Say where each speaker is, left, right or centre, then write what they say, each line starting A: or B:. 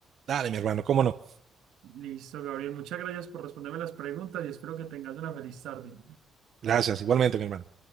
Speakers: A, on the right; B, on the right.
A: dale, mi hermano, ¿cómo no?
B: Listo, Gabriel. Muchas gracias por responderme las preguntas y espero que tengas una feliz tarde.
A: Gracias, igualmente, mi hermano.